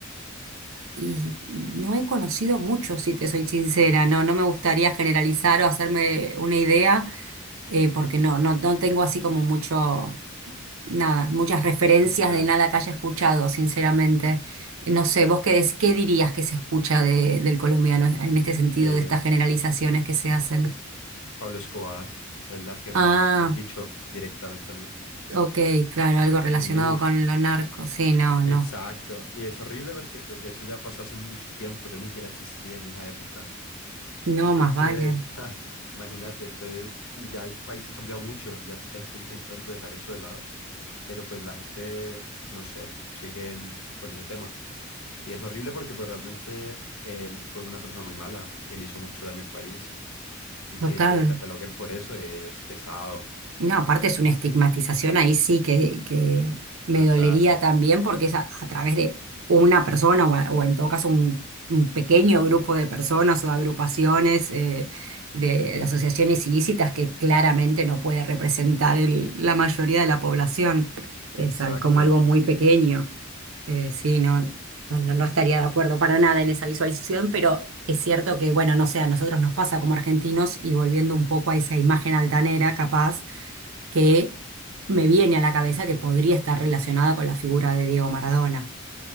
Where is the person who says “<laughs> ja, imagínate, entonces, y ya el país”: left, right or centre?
Left